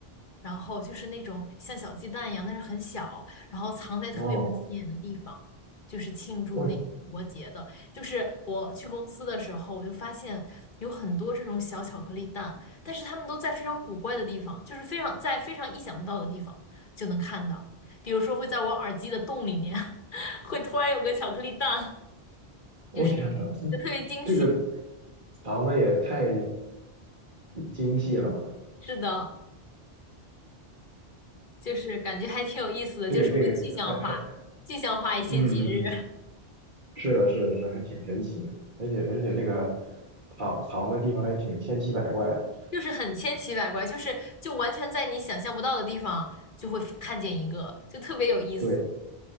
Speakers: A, on the left; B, on the right.
A: 然后就是那种像小鸡蛋一样，但是很小，然后藏在特别不起眼的地方，
B: 哦，
A: 就是庆祝那个复活节的。
B: 我
A: 就是我去公司的时候，我就发现有很多这种小巧克力蛋，但是它们都在非常古怪的地方，就是非常在非常意想不到的地方就能看到，比如说会在我耳机的洞里面，<laughs> 会突然有个巧克力蛋，
B: 我天呐，
A: 就是就特别惊喜。
B: 这个藏的也太精细了嘛。
A: 是的，就是感觉还挺有意思的，
B: 这个这个还还
A: 就是会具象化具象化一些节日。
B: 嗯嗯嗯，是的，是的，是的还挺神奇的，而且而且这个
A: <laughs> 对。
B: 藏藏的地方还挺千奇百怪的。
A: 就是很千奇百怪，就是就完全在你想象不到的地方就会看见一个，就特别有意思。
B: 对，